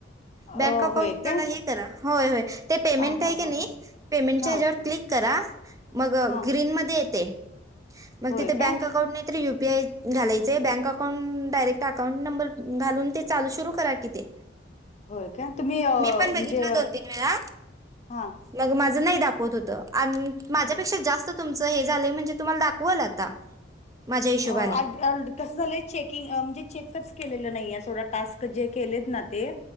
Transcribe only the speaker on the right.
बँक अकाउंट
त्याला
हे करा होय होय ते पेमेंट
आहे का
नाही
पेमेंटच्या
ह्याच्यावर क्लिक करा. मग
ग्रीन मध्ये येते मग
तिथे
बँक अकाउंट नाही तर यु पी आय घालायचय bank account direct account number घालुन ते चालू सुरू करा की ते
मी पण बघितल
दोन -तीन वेळा
मग माझ न ई दाखवत होत माझ्यापेक्षा
जास्त तुमच हे झालं म्हणजे तुम्हाला दाखवाल आता माझ्या हिशोबाने